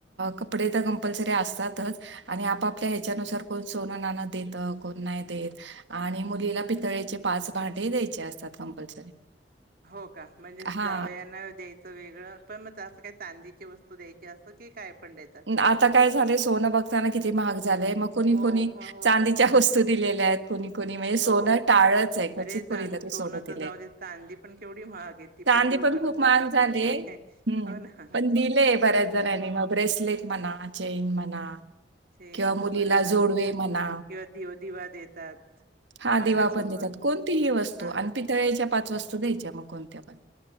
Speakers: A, on the right (about 85°); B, on the right (about 55°).
A: कपडे तर कंपलसरी असत आणि आपआपल्या हेच्या साठी सोनं ना देत कोण नाही देत आणि मुलीला पितळेचे पाच भां असतात कंपल्सरी,
B: हो का म्हणजे
A: हा
B: जावयाना द्यायचं वेगळं पण मग असं काय चांदी ती वस्तू द्यायची असं की काय पण देतात
A: आता काय झालंय सोनं बघताना किती महाग झालेय मग कोणी
B: हो
A: कोणी
B: हो हो
A: चांदीच्या
B: ना
A: वस्तू दिलेल्या आहेत. कोणी कोणी म्हणजे सोनं
B: हो
A: टाळलंच आहे क्वचित
B: अरे
A: कोणीला
B: चां
A: सोनं दिलंय
B: तर जाऊ दे चांदी पण केवढी महाग आहे ती
A: चांदी
B: देऊ
A: पण
B: का नको
A: खूप महाग
B: असा
A: झाली
B: प्रश्न आहे
A: हम्म
B: हो ना
A: पण दिलेय बऱ्याच जणांनी मग ब्रेस लेट म्हणा, चैन म्हणा
B: चैन
A: किंवा मुलीला
B: बरोबर
A: जोडवे
B: किंवा
A: म्हणा
B: दिव दिवा देतात
A: हा
B: वाणासोबत
A: दिवा पण देतात कोणतीही वस्तू
B: हा
A: आणि पितळेच्या पाच वस्तू द्यायच्या मग कोणत्या पण